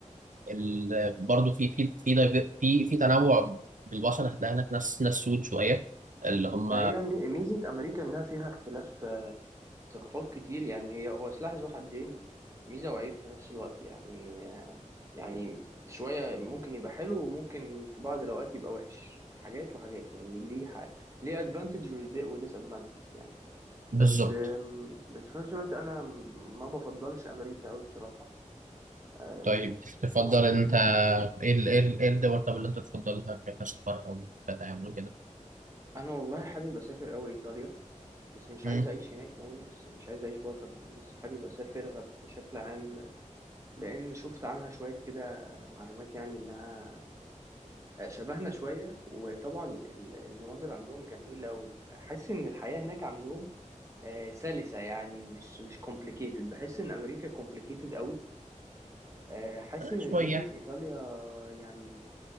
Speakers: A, on the right; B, on the right.
A: ال... برضو في في في دايف- في في تنوع بالبشر هتلاقي هناك ناس ناس سود شويه اللي هم
B: ما هي مي- ميزة أمريكا إنها فيها اختلاف آه، ثقافات كتير يعني هي هو سلاح ذو حدين ميزة وعيب في نفس الوقت يعني آه، يعني شوية ممكن يبقى حلو وممكن في بعض الأوقات يبقى وحش في حاجات وحاجات يعني ليه ح... ليه أدفانتج وديس أدفانتج يعني
A: بالظبط
B: بس آم، بس في نفس الوقت أنا ما بفضلش أمريكا أوي بصراحة آه،
A: طيب تفضل
B: يعني
A: انت ايه ال... ايه ال... ايه الدول طب اللي انت تفضلها كسفر او كتعامل كده
B: أنا والله حابب أسافر أوي إيطاليا بس مش
A: مم.
B: عايز أعيش هناك يعني بس مش عايز أعيش بره يعني بس حابب أسافرها بشكل عام لان شفت عنها شويه كده معلومات يعني انها شبهنا شويه وطبعا ال- المناظر عندهم جميله وحاسس ان الحياه هناك عندهم آه، سلسه يعني مش مش كومبليكيتد بحس ان امريكا كومبليكيتد قوي آه، حاسس
A: آه،
B: ان
A: شويه
B: الدنيا في ايطاليا يعني